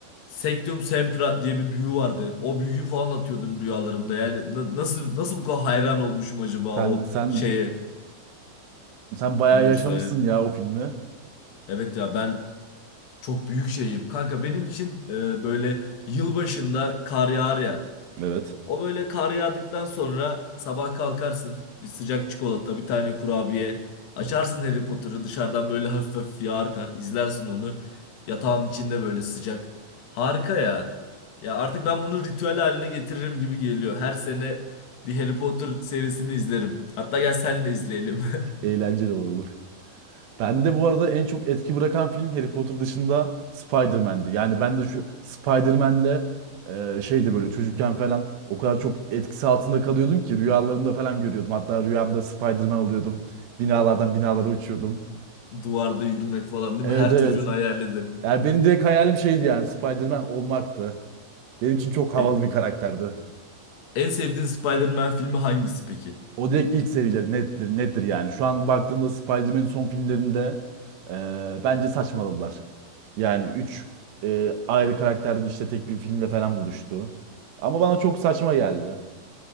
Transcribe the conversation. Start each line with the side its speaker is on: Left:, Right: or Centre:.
Left: Sectum Sempra diye bir büyü vardı. O büyüyü falan atıyordum rüyalarımda. Yani na- nasıl nasıl bu kadar hayran olmuşum acaba
Right: Sen
Left: o
Right: sen
Left: şeye?
Right: sen bayağı
Left: Buyur
Right: yaşamışsın
Left: söyle.
Right: ya o filmi.
Left: Evet ya ben çok büyük şeyim. Kanka benim için e, böyle yılbaşında kar yağar ya.
Right: Evet.
Left: O böyle kar yağdıktan sonra sabah kalkarsın. Bir sıcak çikolata, bir tane kurabiye. Açarsın Harry Potter'ı dışarıdan böyle hafif hafif yağar kar. izlersin onu. Yatağın içinde böyle sıcak. Harika ya. Ya artık ben bunu ritüel haline getiririm gibi geliyor. Her sene bir Harry Potter serisini izlerim. Hatta gel senle izleyelim. <laughs>
Right: Eğlenceli olur. Bende bu arada en çok etki bırakan film Harry Potter dışında Spider-Man'di. Yani ben de şu Spider-Man'de e, şeydi böyle çocukken falan o kadar çok etkisi altında kalıyordum ki rüyalarımda falan görüyordum. Hatta rüyamda Spider-Man oluyordum. Binalardan binalara uçuyordum.
Left: Duvarda yürümek falan değil
Right: Evet
Left: mi? Her
Right: evet.
Left: çocuğun hayalidir.
Right: Yani benim direkt hayalim şeydi yani Spider-Man olmaktı. Benim için çok
Left: Peki,
Right: havalı bir karakterdi.
Left: en sevdiğin Spider-Man filmi hangisi peki?
Right: O direkt ilk serileri nettir, nettir yani. Şu an baktığımda Spider-Man'in son filmlerinde e, bence saçmaladılar. Yani 3 ayrı karakter işte tek bir filmde falan buluştu. Ama bana çok saçma geldi.